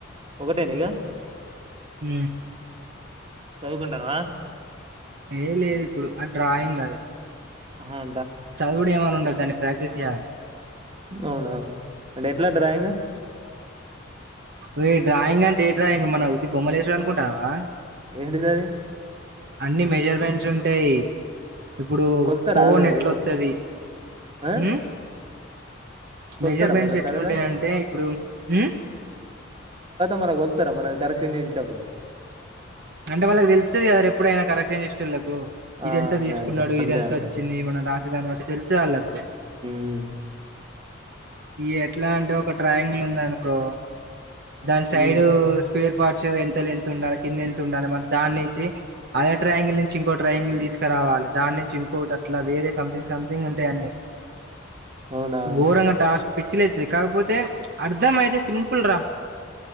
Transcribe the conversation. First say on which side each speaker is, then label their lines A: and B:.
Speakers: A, on the right (about 30°); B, on the right (about 55°).
A: ఒకటేనా ఇగ
B: ఉ
A: చదువుకుంటన్నవా
B: ఏ లేదు ఇప్పుడు ఆ డ్రాయింగ్ల అది
A: హ
B: చదువుడు ఏమని ఉండదు దాన్ని ప్రాక్టీస్ చేయ్యాలి.
A: అవునా అంటే ఎట్లా డ్రాయింగ్
B: ఓయ్ డ్రాయింగ్ అంటే ఏ డ్రాయింగ్ మన వొట్టి బొమ్మలేసుడు అనుకుంటాన్నావా
A: ఏంటిదది
B: అన్ని మెజర్మెంట్స్ ఉంటయ్ ఇప్పుడు
A: కొలుత్తరా
B: ఫోన్
A: ఆళ్ళు
B: ఎట్లొత్తది
A: ఆ
B: ఉమ్
A: కొలుత్తరా
B: మెజర్మెంట్స్
A: మళ్ళ
B: ఎట్లుంటై
A: తర్వాత
B: అంటే ఇప్పుడు ఉమ్
A: మల్ల కొతర మరి మన కరెక్షన్ చేసేటప్పుడు
B: అంటే వాళ్లకి తెలుత్తది కదారా ఎప్పుడైనా కరెక్షన్ చేసేటోళ్లకు
A: ఆ
B: ఇది ఎంత
A: అంతే
B: తీసుకున్నాడు
A: అంతే అంతే
B: ఇది ఎంత
A: అంతే
B: వచ్చింది మనం రాసేదాన్ని బట్టి తెలుత్తది వాళ్లకు
A: ఉ ఉ
B: ఇ ఎట్లా అంటే ఒక ట్రయాంగిల్ ఉంది అనుకో దాని సైడ్
A: ఉమ్
B: పేర్ పాట్స్ ఎంత లెంత్ ఉండాలి కింద ఎంత ఉండాలి మన దాని నుంచి అదే ట్రయాంగిల్ నుంచి ఇంకో ట్రయాంగిల్ తీసుక్ తీసుకు రావాలి దాన్నుంచి ఇంకోటి అట్లా వేరే సంథింగ్ సంథింగ్ ఉంటై అన్ని
A: అవునా
B: గోరంగ టాస్క్ పిచ్చి లేతది కాకపోతే అర్ధం అయితే సింపుల్ రా